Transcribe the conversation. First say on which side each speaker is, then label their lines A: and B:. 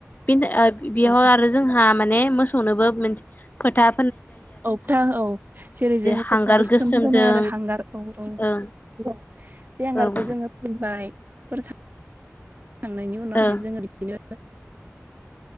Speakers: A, on the left; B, on the right.
A: बेयाव
B: औ
A: आरो
B: औ
A: जोंहा माने मोसौनोबो खोथा
B: औ था औ जेरै जोङो
A: हांगार
B: फोथा गोसोम
A: गोसोमजों
B: फोनो आरो हांगार औ औ
A: ओं
B: बे हांगारखौ
A: ओं
B: जोङो फैबायथ थांनायनि उनावहाय
A: ओं
B: जो